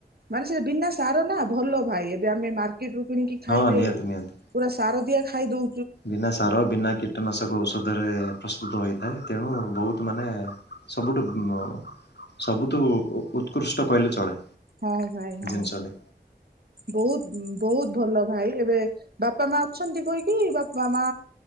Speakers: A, on the right (about 65°); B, on the left (about 85°).
A: ମାନେ ସେ ବିନା ସାର ନା ଭଲ ଭାଇ ଏବେ ଆମେ ମାର୍କେଟ ରୁ କିଣିକି ଖାଇଲେ
B: ହଁ ନିହାତି ନିହାତି।
A: ପୁରା ସାର ଦିଆ ଖାଇଦଉ।
B: ବିନା ସାର ବିନା କୀଟନାଶକ ଔଷ ଔଷଧରେ ପ୍ରସ୍ତୁତ ହୋଇଥାଏ ତେଣୁ ବହୁତ ମାନେ ସବୁଠୁ ମ ସବୁଠୁ ଉତ୍କୃଷ୍ଟ କହିଲେ ଚଳେ।
A: ହଁ ଭାଇ ହଁ,
B: ଜିନିଷଟି
A: ବହୁତ ବହୁତ ଭଲ। ଭାଇ ଏବେ ବାପା ମା ଅଛନ୍ତି କହିକି ବାପା ମା